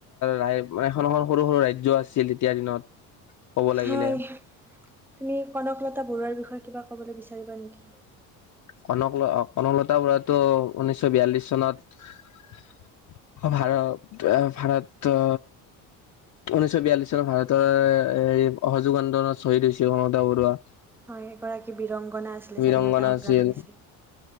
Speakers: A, on the left; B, in the centre.
A: ৰা এখন এখন সৰু সৰু ৰাজ্য আছিল তেতিয়াৰ দিনত। ক'ব লাগিলে
B: হয়, তুমি কনকলতা বৰুৱাৰ বিষয়ে কিবা ক'বলৈ বিচাৰিবা নেকি?
A: কনক কনকলতা বৰাটো ঊনৈশ বিয়াল্লিশ চনত অ', ভাৰত ভাৰত ঊনৈছ বিয়াল্লিছ চনত ভাৰতৰ এই অসহযোগ আন্দোলনত শ্বহীদ হৈছে মমতা বৰুৱা।
B: হয় এগৰাকী বিৰংগনা আছিলে
A: বীৰংগনা
B: স্বাধীনতা সংগ্ৰামী
A: আছিল
B: আছিলে।